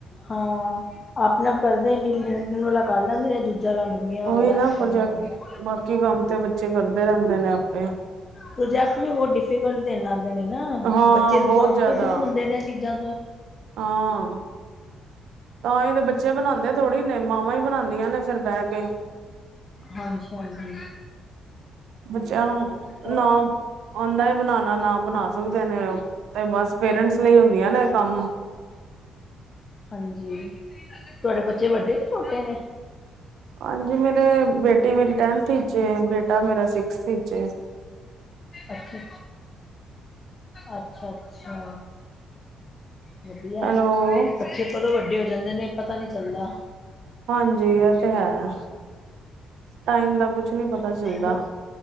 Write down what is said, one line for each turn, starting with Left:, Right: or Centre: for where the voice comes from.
Left: ਹਾਂ ਆਪਣੇ ਆਪ ਕਰਦੇ ਹੀ ਨਹੀਂ ਲਿਖਣ ਵਾਲਾ ਕਰ ਲੈਂਦੇ ਨੇ ਦੂਜਾ ਕੰਮ। ਮੰਮੀਆਂ ਵਗੈਰਾ
Right: ਉਹੀ ਨਾ
Left: ਕਰਨਾ
Right: ਪ੍ਰੋਜੈਕਟ
Left: ਪੈਂਦੇ।
Right: ਬਾਕੀ ਕੰਮ ਤੇ ਬੱਚੇ ਕਰਦੇ। ਰਹਿੰਦੇ ਨੇ ਆਪੇ
Left: ਪ੍ਰੋਜੈਕਟ ਵੀ ਬਹੁਤ ਡਿਫੀਕਲਟ ਦੇਣ ਲੱਗ ਗਏ ਨੇ ਨਾ,
Right: ਹਾਂ
Left: ਬੱਚੇ
Right: ਬਹੁਤ
Left: ਨੂੰ ਤਾਂ।
Right: ਜ਼ਿਆਦਾ
Left: ਕੋਈ ਦੂਰ ਹੁੰਦੇ ਨੇ ਇਹ ਚੀਜ਼ਾਂ ਤੋਂ।
Right: ਹਾਂ। ਤਾਂ ਇਹ ਤੇ ਬੱਚੇ ਬਣਾਉਂਦੇ। ਥੋੜ੍ਹੀ ਨੇ ਮਾਵਾਂ ਹੀ ਬਣਾਉਂਦੀਆਂ ਨੇ ਫਿਰ ਬਹਿ ਕੇ
Left: ਹਾਂਜੀ ਹਾਂਜੀ।
Right: ਬੱਚਿਆਂ ਨੂੰ
Left: ਹੋਰ
Right: ਨਾ। ਆਉਂਦਾ ਹੀ ਬਣਾਉਣਾ ਨਾ ਬਣਾ ਸਕਦੇ ਨੇ ਤੇ ਬਸ ਪੇਰੈਂਟਸ ਲਈ ਹੁੰਦੀਆਂ ਨੇ ਕੰਮ।
Left: ਹਾਂਜੀ ਤੁਹਾਡੇ ਬੱਚੇ ਵੱਡੇ ਕੇ ਛੋਟੇ ਨੇ?
Right: ਹਾਂਜੀ, ਮੇਰੇ
Left: ਹਾਂਜੀ
Right: ਬੇਟੀ ਮੇਰੀ ਟੈਨਥ ਚ ਏ ਬੇਟਾ ਮੇਰਾ ਸਿਕਸਥ ਵਿਚ ਏ।
Left: ਅਛਾ ਅੱਛਾ ਅੱਛਾ। ਵਧੀਆ,
Right: ਹੈਲੋ
Left: ਬੱਚੇ ਕਦੋਂ ਵੱਡੇ ਹੋ ਜਾਂਦੇ ਨੇ ਪਤਾ ਨੀ ਚੱਲਦਾ।
Right: ਹਾਂਜੀ ਇਹ ਤੇ ਹੈ, ਟਾਈਮ ਦਾ ਕੁਛ ਨੀ ਪਤਾ ਚੱਲਦਾ।
Left: ਹੋ